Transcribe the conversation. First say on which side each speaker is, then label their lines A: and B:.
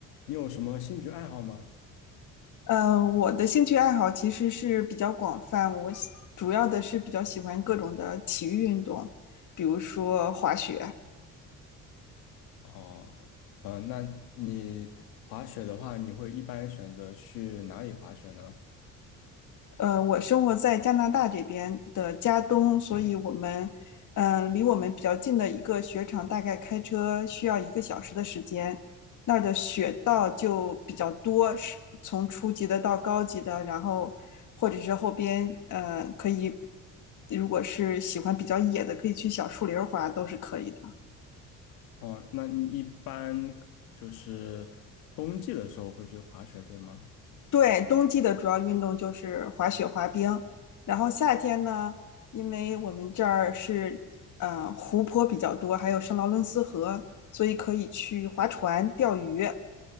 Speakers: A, on the left (about 80°); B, on the left (about 55°).
A: 你有什么兴趣爱好吗？
B: 嗯，我的兴趣爱好其实是比较广泛，我喜主要的是比较喜欢各种的体育运动，比如说滑雪。
A: 哦，呃，那你滑雪的话，你会一般选择去哪里滑雪呢？
B: 呃，我生活在加拿大这边的加东，所以我们，嗯、离我们比较近的一个雪场，大概开车需要一个小时的时间。那儿的雪道就比较多，是从初级的到高级的，然后或者是后边，呃，可以，如果是喜欢比较野的，可以去小树林儿滑，都是可以的。
A: 哦，那你一般就是冬季的时候会去滑雪，对吗？
B: 对，冬季的主要运动就是滑雪、滑冰，然后夏天呢，因为我们这儿是呃湖泊比较多，还有圣劳伦斯河，所以可以去划船、钓鱼、